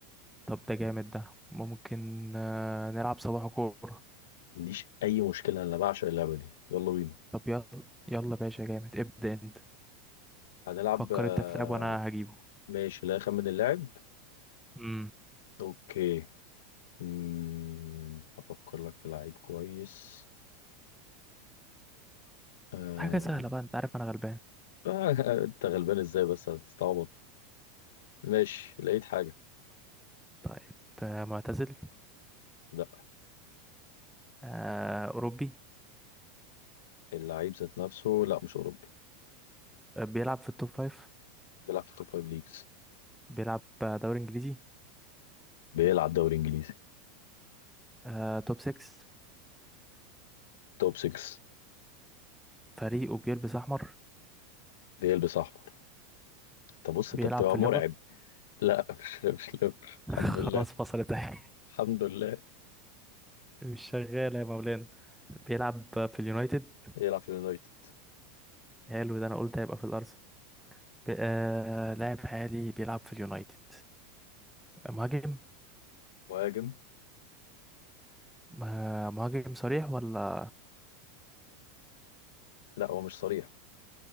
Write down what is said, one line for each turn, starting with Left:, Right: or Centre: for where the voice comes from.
Centre: طب ده جامد ده ممكن آه، نلعب صباح كورة
Left: ما عنديش اي مشكله انا بعشق اللعبه دي يلا بينا
Centre: طب يلا يلا باشا جامد ابدأ انت
Left: هنلعب
Centre: فكر
Left: آه،
Centre: انت في لعب وانا هجيبه
Left: ماشي لا اخمن اللاعب
Centre: امم
Left: اوكي مم، هفكر لك في لعيب كويس آه...
Centre: حاجة سهلة بقى انت عارف انا غلبان
Left: آه، <laughs> انت غلبان ازاي بس هتستعبط ماشي لقيت حاجه
Centre: طيب آه، معتزل
Left: لا
Centre: آه، أوروبي
Left: اللعيب ذات نفسه لا مش اوروبي
Centre: آه، بيلعب في التوب فايف
Left: بيلعب في التوب 5 ليجز
Centre: بيلعب دوري انجليزي
Left: بيلعب دوري انجليزي
Centre: آه، توب 6
Left: توب 6
Centre: فريقه بيلبس احمر
Left: بيلبس احمر طب بص
Centre: بيلعب
Left: انت بتبقى
Centre: في
Left: مرعب
Centre: الليفر
Left: لا <laughs> مش مش ليفر الحمد
Centre: <laughs>
Left: لله
Centre: خلاص فصلت اهي
Left: الحمد لله
Centre: <laughs> مش شغالة يا مولانا بيلعب في اليونايتد
Left: يلعب في اليونايتد
Centre: حلو ده انا قلت هيبقى في الارسنال ب- آه لاعب حالي بيلعب في اليونايتد مهاجم
Left: مهاجم
Centre: آه، مهاجم صريح ولا
Left: لا هو مش صريح